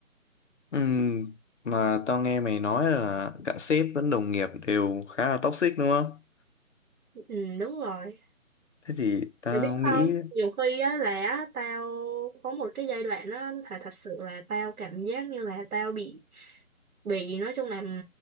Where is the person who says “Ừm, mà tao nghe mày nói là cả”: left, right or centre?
Left